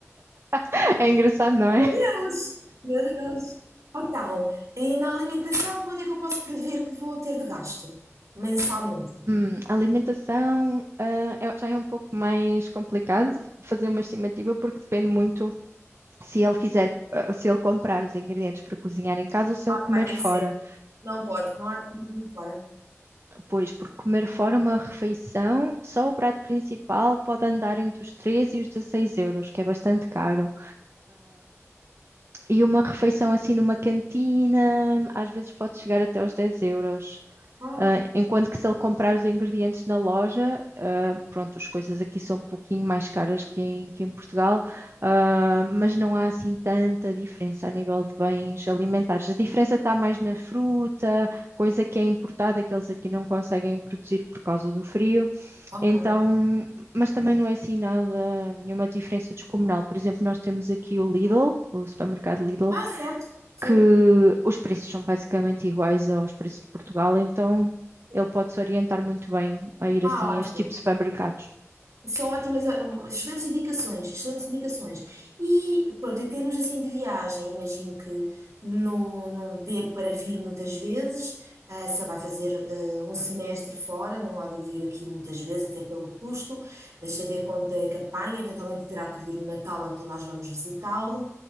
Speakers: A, on the right; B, on the right.
A: <laughs> É engraçado, não é?
B: Deus, meu Deus. Então, e na alimentação, quanto é que eu posso prever que vou ter de gasto mensalmente?
A: Hum, a alimentação, ah, é- já é um pouco mais complicado fazer uma estimativa porque depende muito se ele fizer, ah, se ele comprar os ingredientes para cozinhar em casa ou se
B: Ah,
A: ele comer
B: vai ter
A: fora.
B: que ser. Não pode, não há de ir fora.
A: Pois, porque comer fora uma refeição, só o prato principal pode andar entre os 13 e os 16 euros, que é bastante caro. E uma refeição assim numa cantina, às vezes pode chegar até aos 10 euros.
B: Ah,
A: Ah, enquanto que se ele comprar os ingredientes na loja, ah, pronto, as coisas aqui são um pouquinho mais caras que em, que em Portugal, ah, mas não há assim tanta diferença a nível de bens alimentares. A diferença está mais na fruta, coisa que é importada, que eles aqui não conseguem produzir por causa do frio.
B: ok.
A: Então, mas também não é assim nada, nenhuma diferença descomunal. Por exemplo, nós temos aqui o Lidl, o supermercado Lidl
B: Ah, certo. Sim.
A: que os preços são basicamente iguais aos preços de Portugal, então ele pode se orientar muito bem a ir
B: Ah,
A: assim
B: ótimo.
A: a este tipo de supermercados.
B: São ótimas, ah, hum, excelentes indicações, excelentes indicações. E pronto, em termos assim de viagem, imagino que não, não dê para vir muitas vezes, ah, só vai fazer ah, um semestre fora, não há de vir aqui muitas vezes, até pelo custo. Deixa ver quanto é que apanha, eventualmente terá que vir no Natal, então nós vamos visitá-lo.